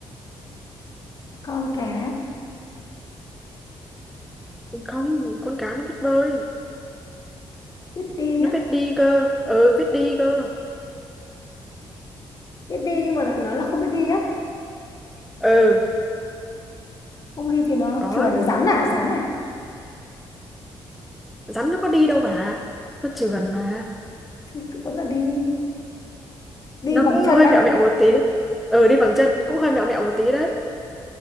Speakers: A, on the left; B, in the centre.
A: con cá
B: không con cá nó biết bơi
A: biết đi
B: nó
A: á
B: biết đi cơ ờ biết đi cơ
A: biết đi nhưng mà lại nói là không biết đi á
B: ờ
A: không đi thì nó
B: có
A: trườn là rắn à rắn à
B: rắn nó có đi đâu bà nó trườn mà
A: thì vẫn là đi đi
B: nó
A: bằng
B: cũng
A: chân
B: hơi
A: á
B: mẹo mẹo một tí đấy ờ đi bằng chân cũng hơi mẹo mẹo một tí đấy